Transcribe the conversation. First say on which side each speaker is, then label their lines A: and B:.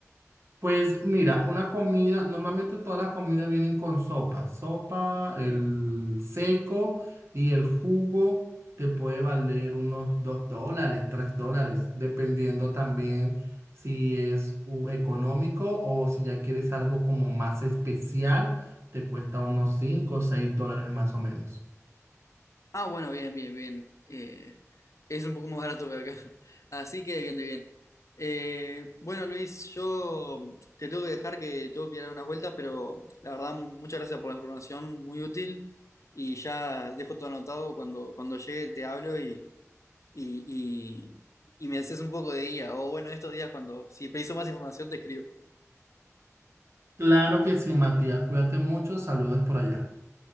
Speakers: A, on the right; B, on the left.
A: Pues mira, una comida, normalmente todas las comidas vienen con sopa. Sopa, el seco y el jugo te puede valer unos dos dólares, tres dólares, dependiendo también si es u- económico o si ya quieres algo como más especial, te cuesta unos cinco o seis dólares más o menos.
B: Ah, bueno, bien, bien, bien. Eh, es un poco más barato que acá. <laughs> Así que bien, de bien. Eh, bueno, Luis, yo te tengo que dejar que tengo que ir a dar unas vueltas, pero la verdad, mu- muchas gracias por la información, muy útil. Y ya dejo todo anotado. Cuando, cuando llegue te hablo y, y, y, y me haces un poco de guía. O bueno, estos días cuando, si preciso más información, te escribo.
A: Claro que sí, Matías, cuídate mucho, saludos por allá.